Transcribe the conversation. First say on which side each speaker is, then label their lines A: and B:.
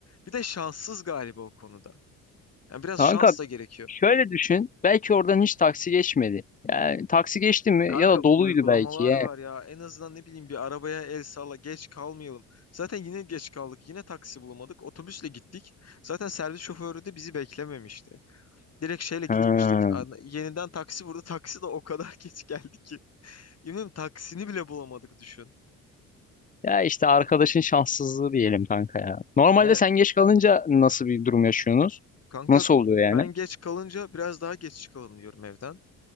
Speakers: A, on the left; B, on the left.
A: Bir de şanssız galiba o konuda. Yani biraz
B: Kanka
A: şans da gerekiyor.
B: şöyle düşün. Belki oradan hiç taksi geçmedi. Yani taksi geçti mi
A: Kanka
B: ya da
A: uygulamalar
B: doluydu belki ya.
A: var ya. En azından ne bileyim bir arabaya el salla geç kalmayalım. Zaten yine geç kaldık. Yine taksi bulamadık. Otobüsle gittik. Zaten servis şoförü de bizi beklememişti. Direkt şeyle gitmiştik.
B: Ha.
A: Ana- Yeniden taksi vurdu. <laughs> Taksi de o kadar <laughs> geç geldi ki. Yemin ederim taksini bile bulamadık düşün.
B: Ya işte arkadaşın şanssızlığı diyelim kanka ya. Normalde
A: Ya
B: sen geç kalınca nasıl bir durum yaşıyorsunuz?
A: Kanka
B: Nasıl oluyor
A: ben
B: yani?
A: geç kalınca biraz daha geç çıkalım diyorum evden.